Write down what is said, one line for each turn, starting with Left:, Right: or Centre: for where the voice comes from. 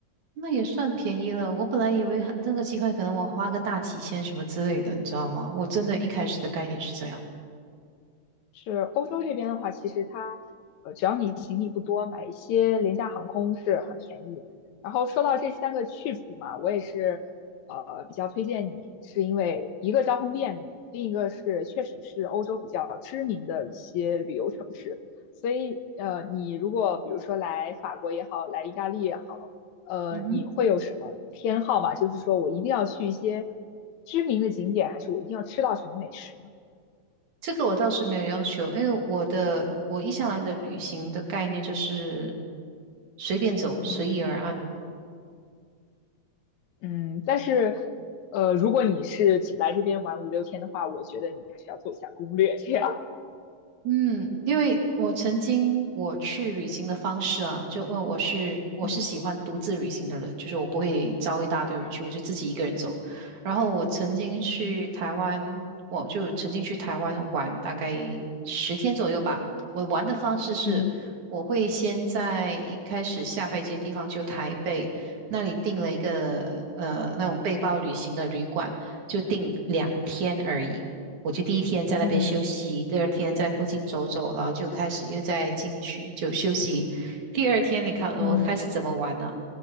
Right: 那也算便宜了。我本来以为很这个机会可能我花个大几千什么之类的，你知道吗？我真的一开始的概念是这样。
Left: 是欧洲这边的话，其实它呃，只要你行李不多，买一些廉价航空是很便宜。然后说到这三个去处嘛，我也是呃比较推荐你，是因为一个交通便利，另一个是确实是欧洲比较知名的一些旅游城市。所以呃，你如果比如说来法国也好，来意大利也好，呃，
Right: 嗯哼，
Left: 你会有什么偏好吗？就是说我一定要去一些知名的景点，还是我一定要吃到什么美食呢？
Right: 这个我倒是没有要求，因为我的我一向来的旅行的概念就是随便走，
Left: 嗯。
Right: 随意而安。
Left: 嗯，但是，呃，如果你是只来这边玩五六天的话，我觉得你还是要做一下攻略，这样。<laughs>
Right: 嗯，因为我曾经我去旅行的方式啊，就问我是我是喜欢独自旅行的人，
Left: 嗯
Right: 就是我不会招一大堆人去，我就自己一个人走。然后我曾经去台湾，
Left: 嗯
Right: 我就曾经去台湾玩大概十天左右吧。我玩的方式是，
Left: 嗯
Right: 我会先在一开始下飞机的地方，就台北那里订了一个呃那种背包旅行的旅馆，就订两天而已。我就第一天在那边休息，
Left: 嗯
Right: 第二天在附近走走，然后就开始又再进去就休息。第二天你看我开始怎么玩呢、
Left: 嗯